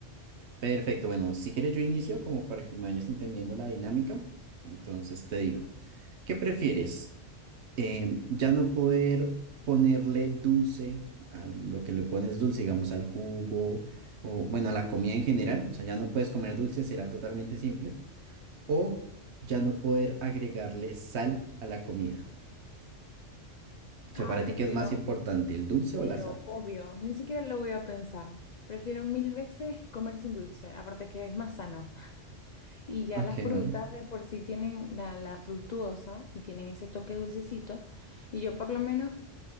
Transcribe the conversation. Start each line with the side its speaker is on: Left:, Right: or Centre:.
Right: Perfecto, bueno, si quieres yo inicio como para que me vayas entendiendo la dinámica. Entonces te digo, ¿qué prefieres? Em, ya no poder ponerle dulce a lo que le pones dulce, digamos al jugo o bueno, a la comida en general, o sea, ya no puedes comer dulce, será totalmente simple, o ya no poder agregarle sal a la comida. O
Left: Ah,
Right: sea, para
Left: prefiero,
Right: ti, ¿qué es más importante, el dulce
Left: pero
Right: o la sal?
Left: obvio, ni siquiera lo voy a pensar. Prefiero mil veces comer sin dulce, aparte que es más sano. <laughs> Y ya
Right: Ok,
Left: las frutas
Right: vale.
Left: de por sí tienen la, la fructuosa y tienen ese toque dulcecito. Y yo por lo menos